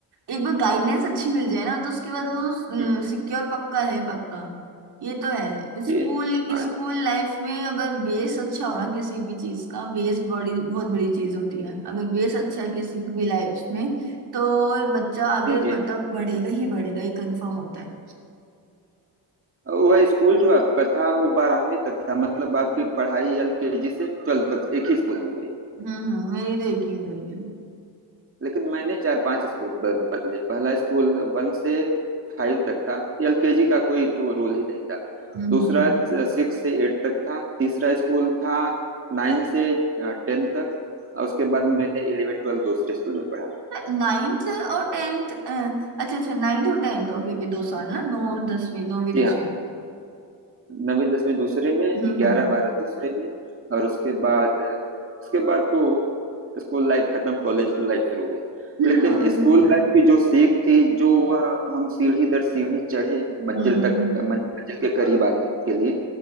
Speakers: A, on the right (about 60°); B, on the right (about 30°).
A: एक बार गाइडेंस अच्छी मिल जाए ना तो उसके बाद वो
B: हम्म,
A: सिक्योर पक्का है पक्का ये तो है स्कूल
B: जी हाँ
A: स्कूल लाइफ में अगर बेस अच्छा हो ना किसी भी चीज का बेस बड़ी बहुत बड़ी चीज होती है अगर बेस अच्छा है किसी भी लाइफ उसमें तो बच्चा आगे
B: जी
A: मतलब
B: जी
A: बढ़ेगा ही बढ़ेगा ये कंफर्म होता है
B: वह स्कूल जो आपका था वो बारहवीं तक था मतलब आपकी पढ़ाई एलकेजी से ट्वेल्थ तक एक ही स्कूल में हुई
A: हम्म हम्म मेरी तो एक ही उम्मीद है हम्म
B: लेकिन मैंने चार पांच स्कूल ब- बदले पहला स्कूल वन से फाइव तक था एलकेजी का कोई तो रोल ही नहीं था
A: हम्म
B: दूसरा
A: हम्म।
B: सिक्स से एट तक था तीसरा स्कूल था नाइन से टेन तक और उसके बाद मैंने इलेवन ट्वेल्व दूसरे स्कूल में पढ़ा
A: नाइन्थ और टेंथ अच्छा अच्छा नाइन्थ और टेंथ ओके ओके दो साल ना नौ और दसवीं नौवीं दसवीं
B: जी हाँ नवीं दसवीं दूसरे में
A: हम्म
B: ग्यारह
A: हम्म
B: बारह दूसरे में और उसके बाद उसके बाद तो स्कूल लाइफ खत्म कॉलेज लाइफ शुरू हुई
A: <laughs>
B: लेकिन
A: हाँ, वो
B: स्कूल
A: तो है।
B: लाइफ की जो सीख थी जो वह हम सीढ़ी दर सीढ़ी चढ़े
A: हम्म
B: मंजिल तक मं- मंजिल के करीब आने के लिए